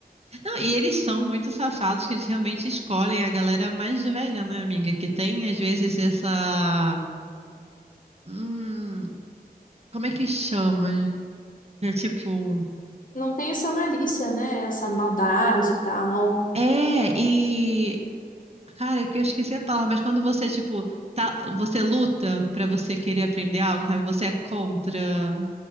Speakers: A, on the right; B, on the left.
A: Não, e eles são muito safados que eles realmente escolhem a galera mais velha, né, amiga? Que tem, às vezes, essa. Hum, como é que chama? É tipo.
B: Não tem essa malícia, né? Essa maldade e tal.
A: É, e. Cara, é que eu esqueci a palavra, mas quando você, tipo, tá, você luta pra você querer aprender algo, sabe? Você é contra.